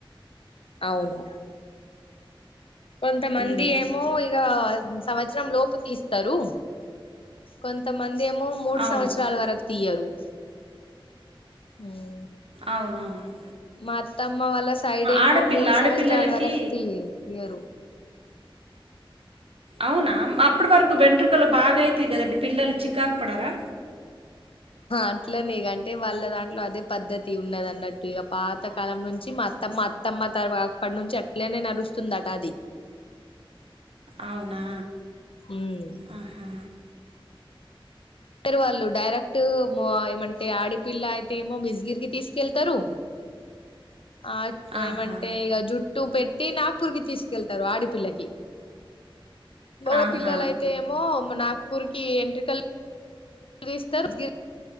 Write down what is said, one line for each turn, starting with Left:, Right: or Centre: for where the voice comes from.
Left: అవును. కొంతమంది
Right: ఉమ్,
Left: ఏమో ఇగా, సంవత్సరం లోపు తీస్ స్తారు. కొంతమంది ఏమో మూడు
Right: అవును
Left: సంవత్సరాల వరకు తీయరు. ఉమ్
Right: అవునవును
Left: మా అత్తమ్మ వాళ్ళ సైడ్ ఏమో
Right: ఆడపిల్ల
Left: మూడు
Right: ఆడపిల్లలకి
Left: సంవత్సరాల వరకు తీయ్ తియరు
Right: అవునా అప్పటి వరకు వెంట్రుకలు బాగాయితాయి కదండి పిల్లలు చికాకు పడరా
Left: అట్లనే అంటే వాళ్ళ దాంట్లో అదే పద్దతి ఉన్నది అన్నట్టు ఇక పాతకాలం నుంచి అత్తమ్మ అత్తమ్మ తర్వా అప్పటి నుంచి అట్లేనే నడుస్తుందట అది
Right: అవునా
Left: మ్
Right: ఆహా
Left: టరు వాళ్ళు డైరెక్ట్ మో ఏమంటే ఆడిపిల్ల అయితే ఏమో బిజగిరికి తీసుకెళ్తారు. ఆ
Right: ఆహా
Left: ఏమంటే ఇగ జుట్టు పెట్ తే నాగ్పూర్ కి తీసుకెళ్తారు ఆడపిల్లకి మోగ
Right: ఆహా
Left: పిల్లల అయితే ఏమో నాక్ పూరికి ఎంట్రీకాలు తీస్తారు. గిర్